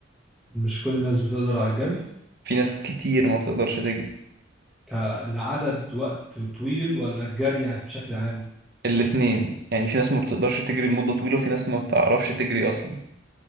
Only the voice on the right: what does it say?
في ناس كتير ما بتقدرش تجري
الاتنين يعني في ناس ما بتقدرش تجري لمدة طويلة وفي ناس ما بتعرفش تجري أصلا